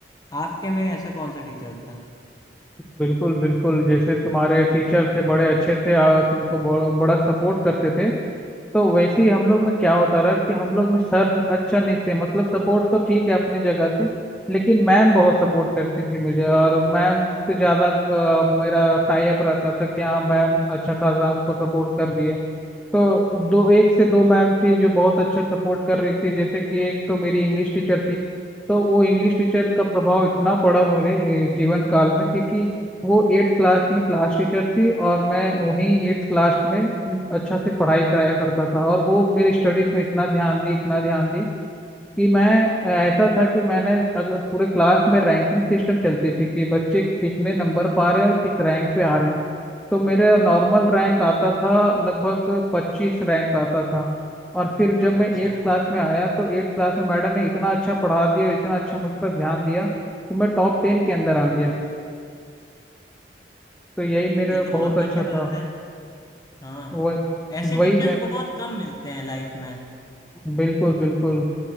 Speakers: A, on the left; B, in the centre.
A: आपके में ऐसा कौन सा टीचर था
B: बिल्कुल बिल्कुल जैसे तुम्हारे टीचर थे बड़े अच्छे थे और तुमको बड़ा बड़ा सपोर्ट करते थे तो वैसे ही हम लोग में क्या होता रहा कि हम लोग में सर अच्छा नहीं थे मतलब सपोर्ट तो ठीक है अपनी जगह थे लेकिन मैम बहुत सपोर्ट करती थी मुझे और मैम से ज्यादा अ, मेरा टाई अप रहता था कि हाँ मैम अच्छा खासा हमको सपोर्ट कर रही है तो दो एक से दो मैम थी जो बहुत अच्छा सपोर्ट कर रही थी जैसे कि एक तो मेरी इंग्लिश टीचर थी तो वो इंग्लिश टीचर का प्रभाव इतना पड़ा मेरे ए, जीवन काल में क्योंकि वो एट्थ क्लास में क्लास टीचर थी और मैं वहीं एट्थ क्लास में उम, अच्छा से पढ़ाई कराया करता था और वो मेरी स्टडीज में इतना ध्यान दी इतना ध्यान दी कि मैं अ, ऐसा था कि मैंने अगर पूरे क्लास में रैंकिंग सिस्टम चलती थी कि बच्चे कितने नंबर पा रहे हैं और किस रैंक पे आ रहे हैं तो मेरा नॉर्मल रैंक आता था लगभग पच्चीस रैंक आता था और फिर जब मैं
A: अच्छा
B: एट्थ क्लास में आया तो एट्थ क्लास में मैडम ने इतना अच्छा पढ़ा दिया और इतना अच्छा मुझ पर ध्यान दिया कि मैं टॉप टेन के अंदर आ गया तो यही मेरा
A: ये तो बहुत
B: बहुत अच्छा
A: बढ़िया
B: था
A: बात है हाँ
B: वह
A: ऐसे
B: वही
A: टीचर्स
B: मैं
A: बहुत कम मिलते हैं लाइफ में
B: बिल्कुल बिल्कुल